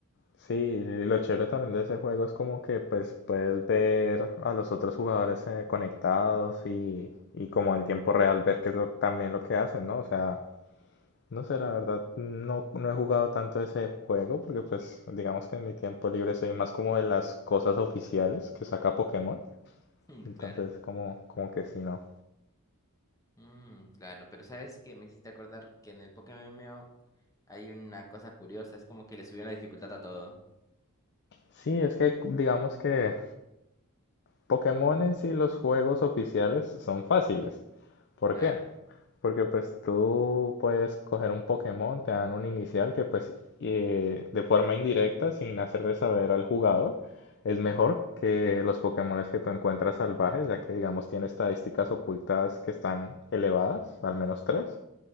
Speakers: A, on the left; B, on the left.
A: Sí, y lo chévere también de ese juego es como que pues puedes ver a los otros jugadores eh, conectados y, y como en tiempo real ver qué es lo, también lo que hacen, ¿no? O sea, no sé, la verdad no, no he jugado tanto ese juego porque pues digamos que en mi tiempo libre soy más como de las cosas oficiales que saca Pokémon.
B: Mm,
A: Entonces
B: claro.
A: como, como que sí, no.
B: Mm, claro, pero ¿sabes qué? Me hiciste acordar que en el Pokémon MMO hay una cosa curiosa, es como que le subieron la dificultad a todo.
A: Sí, es que digamos que Pokémon en sí, los juegos oficiales son fáciles. ¿Por
B: Claro.
A: qué? Porque pues tú puedes coger un Pokémon, te dan un inicial que pues eh, de forma indirecta, sin hacerle saber al jugador, es mejor que los Pokémones que tú encuentras salvajes, ya que digamos tiene estadísticas ocultas que están elevadas, al menos tres.